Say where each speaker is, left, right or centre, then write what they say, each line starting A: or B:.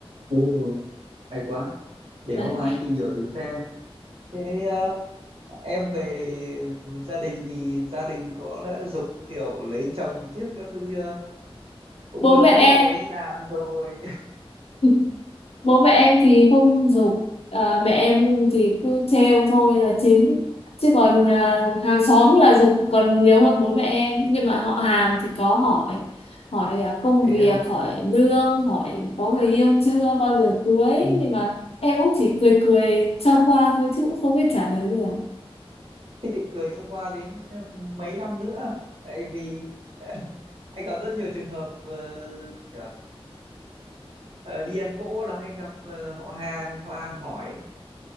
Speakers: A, on the right (about 65°); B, on the left (about 75°).
A: ừ. hay quá để
B: đấy
A: hôm nay anh tìm hiểu thử xem thế ờ, em về gia đình thì gia đình có đã giục kiểu lấy chồng trước các thứ chưa cũng
B: bố
A: lớn
B: mẹ
A: rồi đi làm rồi
B: <laughs> bố mẹ em thì không giục à, mẹ em thì cứ trêu thôi là chính chứ còn à, hàng xóm là giục còn nhiều hơn bố mẹ em nhưng mà họ hàng thì có hỏi hỏi à, công
A: <laughs> thế
B: việc
A: à
B: hỏi lương hỏi có người yêu chưa bao giờ cưới
A: ừ.
B: nhưng mà em cũng chỉ cười cười cho qua thôi chứ cũng không biết trả lời gì cả
A: thế định cười cho qua đến ờ, mấy năm nữa tại vì <laughs> anh gặp rất nhiều trường hợp ờ, kiểu, ờ, đi ăn cỗ là hay gặp ờ, họ hàng họ hàng hỏi